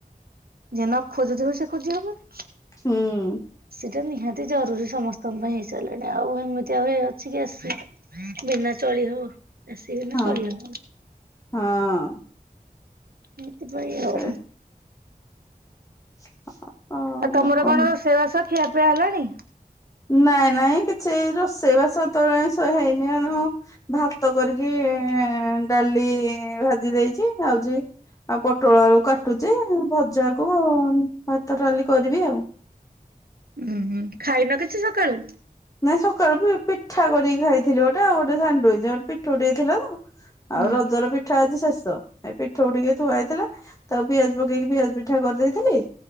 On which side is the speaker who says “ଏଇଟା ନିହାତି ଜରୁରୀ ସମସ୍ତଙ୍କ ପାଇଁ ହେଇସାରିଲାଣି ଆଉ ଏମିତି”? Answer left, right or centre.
Right